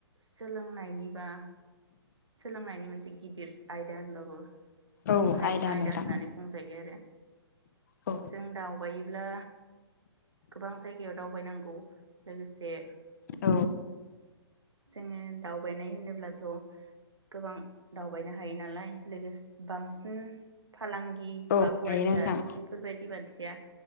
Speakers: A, on the right; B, on the left.
A: सोलोंनायनिबा सोलोंनायनि मोनसे गिदिर आयदा होनबाबो
B: औ
A: हायद आयदा
B: नोंथां
A: होननानै बुंजायो आरो
B: औ
A: जों दावबायोब्ला गोबां जायगायाव दावबायनांगौ लोगोसे
B: औ
A: जोङो दावबायनो नै होनोब्लाथ' गोबां दावबायनो हायो नालाय लोगोस बांसिन फालांगि
B: औ
A: बा फरायसा
B: हायो नोंथां
A: बेफोरबायदि मानसिया